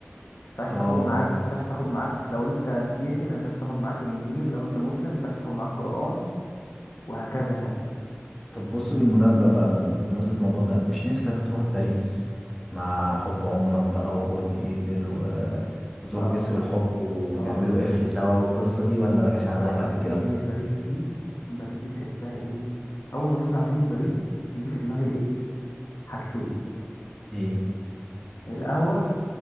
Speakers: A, on the left; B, in the centre.
A: ينفعش
B: اه
A: تاخد معاك
B: اه
A: ما ينفعش تاخد معاك لو انت مسيحي ما ينفعش تاخد معاك انجيل لو انت مسلم ما ينفعش تاخد معاك قرآن وهكذا يعني
B: طب بص بالمناسبة بقى بمناسبة الموضوع ده مش نفسك تروح باريس مع حب عمرك بقى وبرج ايفل و... وتروحوا
A: اه
B: جسر الحب وتعملوا
A: اه
B: قفل سوا والقصة دي ولا ما جاش على
A: آه،
B: بالك قبل كده؟
A: هي باريس دي باريس دي تحسها ايه اول ما بسمع كلمة باريس بيجي في دماغي ايه حاجتين
B: ايه
A: القهوة